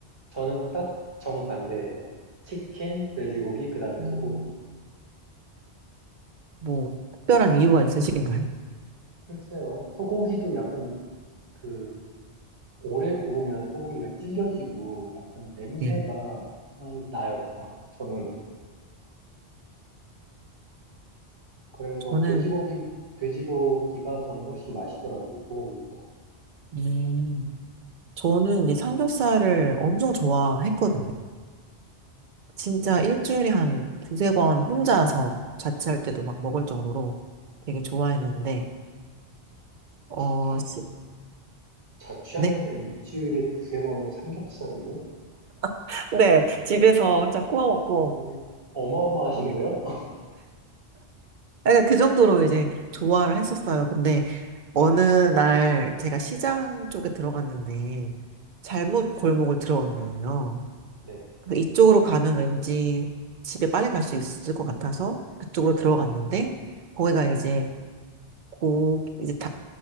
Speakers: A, on the right (about 25°); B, on the right (about 55°).
A: 저는 딱 정반대예요. 치킨, 돼지고기, 그다음에
B: 음,
A: 소고기.
B: 뭐, 특별한 이유가 있으신가요?
A: 글쎄요. 소고기도 약간 그 오래 구우면 소고기가 질겨지고 약간 냄새가
B: 예.
A: 어, 나요. <laughs> 저는. 그래서
B: 저는,
A: 돼지고기, 돼지고기가 저는 훨씬 맛있더라고요. 소고기보다.
B: 음, 저는 이제 삼겹살을 엄청 좋아했거든요. 진짜 일주일에 한 두세 번 혼자서 자취할 때도 막 먹을 정도로 되게 좋아했는데, 어,
A: 자,
B: 시-
A: 자취하면서
B: 네?
A: 일주일에 두세 번을 삼겹살을요?
B: <laughs> 네, 집에서 혼자 구워 먹고,
A: 오, 어마어마하신데요?
B: 그러니까
A: <laughs>
B: 그 정도로 이제 좋아를 했었어요. 근데
A: 네,
B: 어느 날 제가 시장 쪽에 들어갔는데 잘못 골목을 들어간 거예요.
A: 네.
B: 그래서 이쪽으로 가면 왠지 집에 빨리 갈 수 있을 것 같아서 그쪽으로 들어갔는데 거기가 이제 고 이제 닭